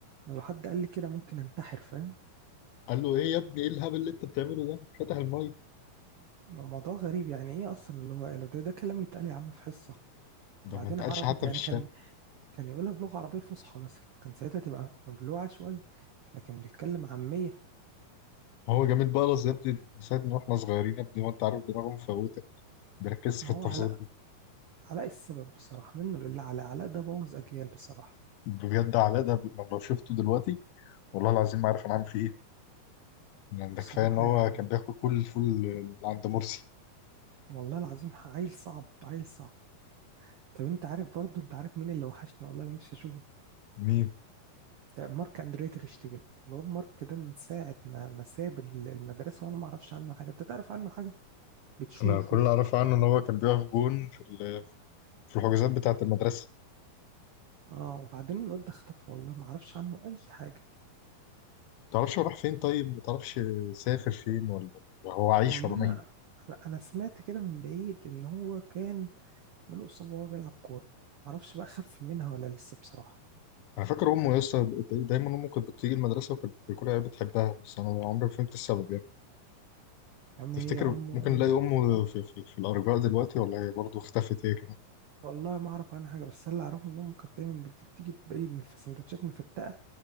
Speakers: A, on the right (about 85°); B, on the left (about 85°).
A: أنا لو حد قال لي كده ممكن انتحر فاهم
B: قال له ايه يا ابني ايه الهبل اللي انت بتعمله ده انت فاتح المايك
A: الموضوع غريب يعني ايه اصلا اللي هو قاله ده ده كلام يتقال يا عم في حصه
B: ده
A: وبعدين
B: ما اتقالش
A: عربي
B: حتى
A: يعني
B: في الشارع
A: كان كان يقولها بلغه عربيه فصحى مثلا كان ساعتها تبقى مبلوعه شويه لكن بيتكلم عاميه
B: هو جميل بلس يا ابني من ساعه ما احنا صغيرين يا ابني وانت عارف دماغه مفوته بيركز
A: ما
B: في التفاصيل
A: هو علاء
B: دي
A: علاء السبب بصراحه منه لله علاء علاء ده بوظ اجيال بصراحه
B: بجد علاء ده بي- أنا لو شفته دلوقتي والله العظيم ما عارف انا عامل فيه ايه يعني ده
A: بصراحه
B: كفايه ان هو
A: يعني
B: كان بياكل كل الفول اللي عند مرسي
A: والله العظيم عيل صعب عيل صعب طب انت عارف برضه انت عارف مين اللي وحشني والله نفسي اشوفه
B: مين
A: آه، مارك اندريا تير شتيجن الواد مارك ده من ساعه ما ما ساب المدرسه وانا ما اعرفش عنه حاجه انت تعرف عنه حاجه بتشوفه
B: انا كل اللي اعرفه عنه ان هو كان بيقف جون في ال- في الحجوزات بتاعه المدرسه
A: اه وبعدين الواد ده اختفى والله ما اعرفش عنه اي حاجه
B: تعرفش هو راح فين طيب ما تعرفش سافر فين ولا ولا هو عايش
A: والله
B: ولا ميت
A: انا انا سمعت كده من بعيد ان هو كان له اصابه وهو بيلعب كوره ما اعرفش بقى خف منها ولا لسه بصراحه
B: انا فاكر امه يا اسطى دايما امه كانت بتيجي المدرسه وكانت كل عيال بتحبها بس انا عمري ما فهمت السبب يعني
A: يا عم
B: تفتكر
A: هي امه
B: ممكن
A: ام
B: نلاقي امه
A: أم-
B: في, في, في الارجاء دلوقتي ولا هي برضه اختفت هي كمان
A: والله ما اعرف عنها حاجه بس اللي اعرفه ان امه كانت دايما بتجيب تيجي باي من في سندوتشات مفتقه